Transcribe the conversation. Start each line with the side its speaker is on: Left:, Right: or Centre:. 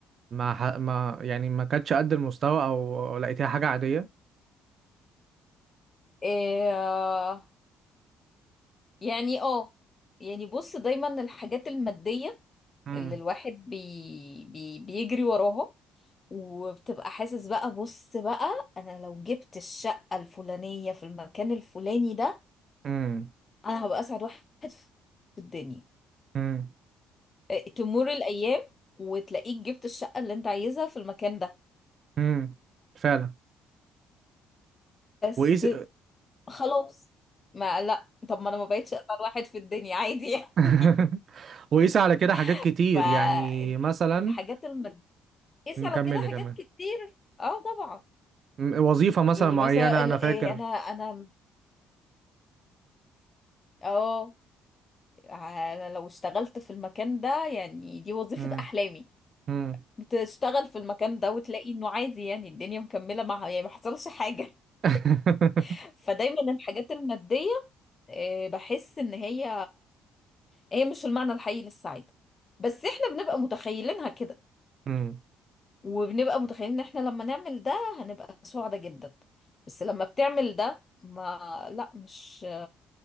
Right: ما ح... ما يعني ما كانتش قد المستوى او لقيتيها حاجه عاديه
Left: إيه يعني اه يعني بص دايما الحاجات الماديه
Right: امم
Left: اللي الواحد بي بي بيجري وراها وبتبقى حاسس بقى بص بقى انا لو جبت الشقه الفلانيه في المكان الفلاني ده
Right: امم
Left: انا هبقى اسعد واحد في الدنيا
Right: امم
Left: آه، تمر الايام وتلاقيك جبت الشقه اللي انت عايزها في المكان ده
Right: امم فعلا
Left: بس
Right: وايه س...
Left: خلاص ما لا طب ما انا ما بقتش اسعد واحد في الدنيا عادي يعني
Right: <laughs> وقيس على كده حاجات
Left: <laughs>
Right: كتير يعني مثلا
Left: فالحاجات الماديه قيس
Right: نكمل
Left: على كده حاجات
Right: كمان
Left: كتير اه طبعا
Right: م- وظيفة مثلا
Left: يعني
Right: معينة
Left: مثلا ال-
Right: أنا فاكر
Left: إيه، انا انا اه أنا لو اشتغلت في المكان ده يعني دي وظيفه
Right: مم.
Left: احلامي
Right: مم.
Left: بتشتغل في المكان ده وتلاقي انه عادي يعني الدنيا مكمله معها يعني ما حصلش حاجه
Right: <laughs>
Left: <laughs> فدايما الحاجات الماديه آه، بحس ان هي هي مش المعنى الحقيقي للسعاده بس احنا بنبقى متخيلينها كده
Right: مم.
Left: وبنبقى متخيلين ان احنا لما نعمل ده هنبقى سعداء جدا بس لما بتعمل ده ما لا مش